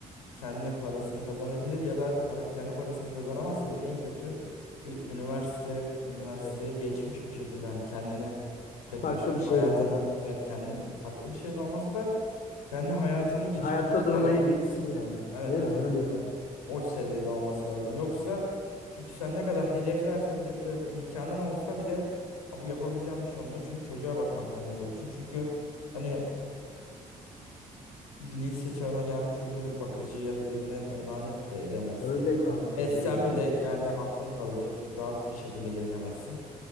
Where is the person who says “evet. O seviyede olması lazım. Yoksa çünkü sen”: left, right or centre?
Left